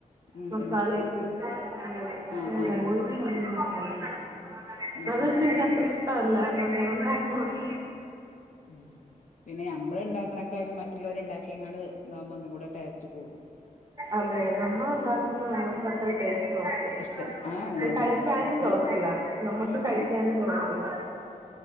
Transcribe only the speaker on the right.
മസാല
ഒക്കെ ഇട്ട് അങ്ങനെ
<unintelligible>
അതൊക്കെ
എനിക്ക്
അത്ര ഇഷ്ടല്ല. അതാണ് ഉണ്ടാക്കാത്തത്
അതെ, നമ്മൾ ഉണ്ടാക്കുന്നത് നമ്മുക്ക് അത്ര ടേസ്റ്റ് തോന്നത്തില്ല,
കഴിക്കാനും
തോന്നത്തില്ല. നമ്മുക്ക്
കഴിക്കാനും തോന്നത്തില്ല.